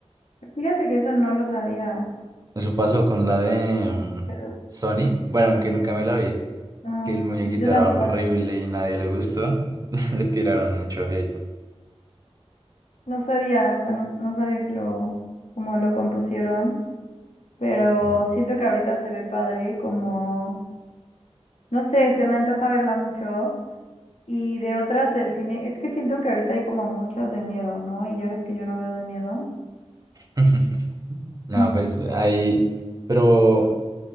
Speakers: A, on the left; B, on the right.
A: Fíjate que eso no lo sabía,
B: Eso pasó con la de mm,
A: pero
B: Sony, bueno, aunque nunca me la vi,
A: no,
B: que el muñequito
A: yo tampoco
B: era horrible
A: la vi.
B: y nadie le gustó, <laughs> le tiraron mucho hate.
A: No sabía, o sea, no, no sabía que lo, como lo compusieron, pero
B: Mm.
A: siento que ahorita se ve padre, como, no sé, se me antoja verla mucho. Y de otras del cine, es que siento que ahorita hay como muchas de miedo, ¿no? Y ya ves que yo no veo de miedo.
B: <laughs> No,
A: Ujú.
B: pues ahí, pero